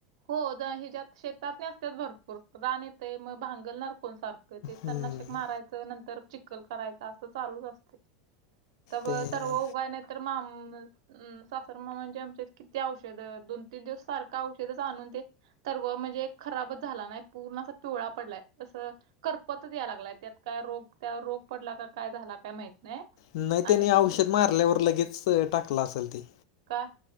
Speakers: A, on the right (about 75°); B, on the left (about 70°).
A: हो द हिच्यात शेतात नी असत्यात भरपूर रान येते मग भांगलणार. होय सारखं ते
B: हम्म,
A: तणनाशक मारायचं नंतर चिखल करायच असं चालूच असते. त ब
B: ते
A: तर तत्वं उगवाय नाही तर माम अ सासर मामा म्हणजे आमचे किती औषध दोन तीन दिवस सारखं औषधच आणून ते तरव म्हणजे खराबच झाला नाही पूर्ण अस पिवळा पडलाय तसं करपत या लागलाय त्यात काय रोग त्यावर रोग पडला का काय झाला काय माहीत नाही.
B: नाही
A: आणि
B: त्यांनी औषध मारल्यावर लगेच टाकला असेल ते.
A: काय..